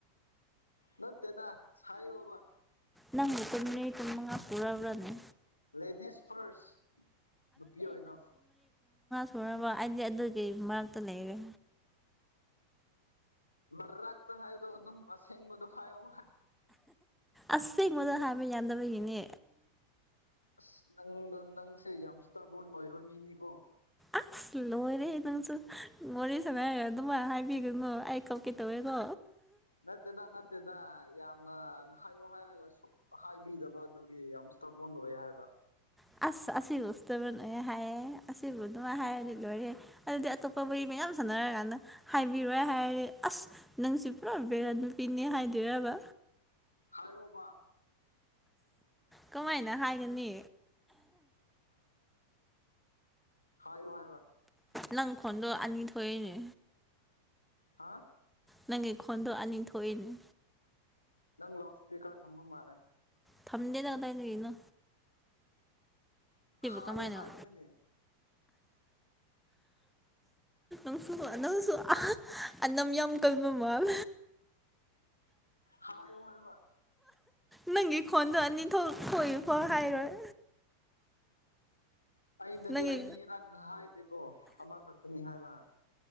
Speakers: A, on the left; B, in the centre.
A: ꯅꯠꯇꯦꯗꯥ ꯁꯥꯏꯔꯣꯕ
B: ꯅꯪ ꯀꯨꯝꯩ ꯀꯨꯝꯃꯉꯥ ꯄꯨꯔꯕꯨꯔꯥꯅꯤ
A: ꯂꯦꯗꯤꯁ ꯐꯥꯔꯁ ꯅꯨꯄꯤ ꯑꯣꯏꯅ
B: ꯊꯔꯕ ꯑꯩꯗꯤ ꯑꯗꯨꯒꯤ ꯃꯔꯛꯇ ꯂꯩꯔꯦ
A: ꯃꯔꯥꯛꯇ ꯍꯥꯏ ꯑꯗꯨꯣ ꯑꯗꯨꯝꯁ ꯍꯦꯡꯡ ꯃꯗꯨ ꯍꯥꯏꯥꯏ
B: ꯑꯦꯡꯕꯗ ꯍꯥꯏꯕ ꯌꯥꯗꯕꯒꯤꯅꯦ
A: ꯑꯁ ꯅꯪꯗ ꯅꯪꯁꯦ ꯌꯥꯝ ꯏꯁꯇꯥꯔꯕꯣꯔꯟ ꯑꯣꯏꯕ ꯃꯤꯅꯤꯀꯣ
B: ꯑꯁ ꯂꯣꯏꯔꯦ ꯅꯪꯁꯨ ꯃꯣꯔꯦ ꯁꯉꯥꯏꯔꯦ ꯑꯗꯨꯃ ꯍꯥꯏꯕꯤꯒꯅꯨ ꯑꯀ ꯀꯇꯕꯗꯣ
A: ꯅꯠꯇꯦꯗ ꯅꯠꯇꯦꯗ ꯌꯥꯝꯅ ꯍꯥꯏꯌꯣ ꯍꯥꯏꯔꯒ ꯍꯥꯏꯕꯤꯗꯕ ꯑꯗꯨꯒꯤ ꯌꯥꯝꯇꯕꯣꯟꯗꯣꯛꯑꯦ ꯍꯥꯏꯕ
B: ꯑꯁ ꯑꯁꯤ ꯁ ꯇꯔ ꯅꯦ ꯍꯦ ꯑ ꯅ ꯍꯗꯤ ꯂꯣꯏꯦ ꯑꯗꯨ ꯑꯇꯣꯞꯄꯕꯨ ꯌꯥꯝ ꯁꯥꯟꯅꯔꯀꯥꯟꯅ ꯍꯥꯏꯕꯤꯔꯣꯏ ꯍꯥꯏꯔꯦ ꯑꯁ ꯅꯪꯁꯤ ꯄꯨꯂꯥ ꯕꯦꯔꯥꯠ ꯅꯨꯄꯤꯅꯦ ꯍꯥꯏꯗꯣꯏꯔꯕ
A: ꯍꯥꯏ ꯑꯣꯕ
B: ꯀꯃꯥꯏꯅ ꯍꯥꯏꯒꯅꯤ
A: ꯍ ꯋꯥ ꯍꯥꯏ ꯋꯥ
B: ꯅꯪꯈꯣꯟꯗꯣ ꯑꯅꯤ ꯊꯣꯛꯑꯏꯅꯦ
A: ꯍꯥ
B: ꯅꯪ ꯈꯣꯟꯗ ꯑꯅꯤ ꯊꯣꯛꯑꯅꯦ
A: ꯅꯪ ꯂꯥꯎ ꯏꯁꯄꯤꯀꯔ ꯊꯝꯝꯕ ꯃꯥꯅꯦꯦ
B: ꯊꯝꯗꯦ ꯂꯗ ꯀꯅ
A: ꯍꯥꯏꯌꯨ
B: ꯀꯃꯥꯏꯅ
A: ꯍꯥꯏꯕꯅꯤꯅꯦ
B: ꯪꯁꯨ ꯅꯪꯁꯨ ꯑꯅꯝ ꯌꯥꯝ ꯀꯜꯕꯃꯜ
A: ꯍꯥꯥꯎ ꯌ ꯍꯥꯏ ꯋꯥ
B: ꯅꯪꯒꯤ ꯈꯣꯟꯗꯣ ꯑꯅꯤ ꯊꯣꯛ ꯊꯣꯛꯕꯣ ꯍꯥꯏꯔꯣꯏ
A: ꯑꯩꯅꯗꯤ
B: ꯅꯪꯒꯤ
A: ꯑꯅꯤꯔꯛ ꯍꯥꯏꯗꯦꯀꯣ ꯑꯃꯈꯛꯇꯅꯤ ꯍꯥꯏꯕ